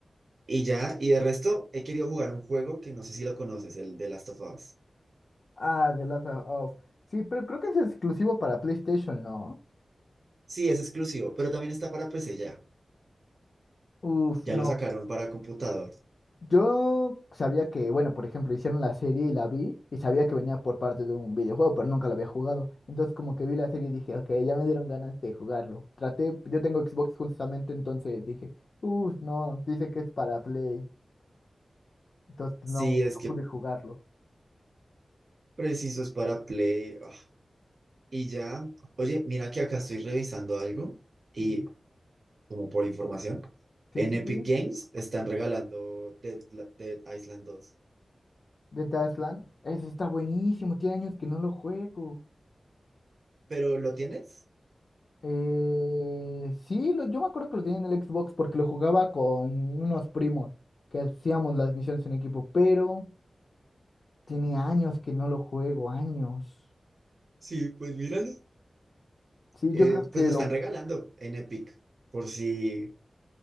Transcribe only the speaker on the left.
Ah, The Last of Us. Sí, pero creo que es exclusivo para PlayStation, ¿no?
Uf,
no.
Yo sabía que, bueno, por ejemplo, hicieron la serie y la vi y sabía que venía por parte de un videojuego, pero nunca lo había jugado. Entonces como que vi la serie y dije, ok, ya me dieron ganas de jugarlo. Traté, yo tengo Xbox justamente, entonces dije, uff, no, dice que es para Play. Entonces
no,
no
pude jugarlo.
Yo,
Sí,
sí,
sí.
The Tasland, eso está buenísimo, tiene años que no lo juego.
Eh, sí, lo- yo me acuerdo que lo tenía en el Xbox porque lo jugaba con unos primos que hacíamos las misiones en equipo, pero... Tiene años que no lo juego, años.
Sí,
yo creo que
lo,